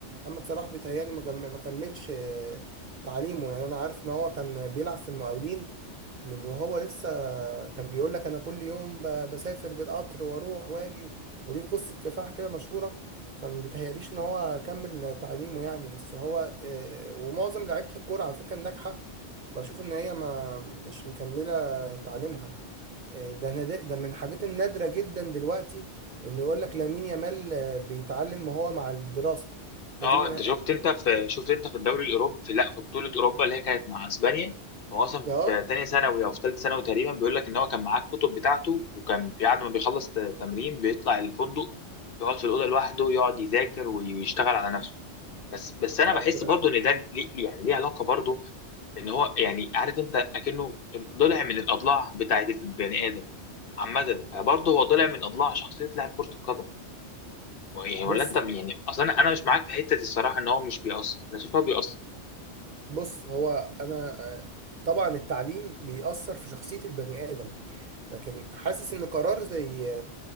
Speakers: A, on the right (about 50°); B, on the left (about 55°).
A: محمد صلاح بيتهيألي ما كم- ما كملش آه، تعليمه يعني انا عارف ان هو كان بيلعب في المقاولين من وهو لسه كان بيقول لك انا كل يوم ب- بسافر بالقطر واروح واجي وليه قصة كفاح كده مشهورة فما بيتهيأليش ان هو كمل تعليمه يعني بس هو آه، ومعظم لعيبة الكورة على فكرة الناجحة بشوف ان هي ما مش مكملة تعليمها آه، ده نادر ده من الحاجات النادرة جدا دلوقتي انه يقول لك لامين يامال آه، بيتعلم وهو مع الدراسة فدي
B: اه
A: من
B: انت شفت انت في شفت انت في الدوري الاوروبي في لا في بطوله اوروبا اللي هي كانت مع اسبانيا هو اصلا
A: اه
B: في تانية ثانوي او في ثالثه ثانوي تقريبا بيقول لك ان هو كان معاه الكتب بتاعته وكان بعد ما بيخلص ت- تمرين بيطلع الفندق يقعد في الاوضه لوحده يقعد يذاكر وي- ويشتغل على نفسه بس بس انا
A: طيب
B: بحس
A: يا باشا
B: برضو ان ده ليه يعني ليه علاقه برضو ان هو يعني عارف انت اكنه ضلع من الاضلاع بتاعت البني ادم عامه فبرضه هو ضلع من اضلاع شخصيه لاعب كره القدم يعني ولا
A: بص
B: انت يعني اصلا انا أنا مش معاك في حته الصراحه ان هو مش بيأثر انا شايف ان هو بيأثر
A: بص هو انا آه، طبعا التعليم بيأثر في شخصية البني آدم لكن حاسس ان قرار زي آه،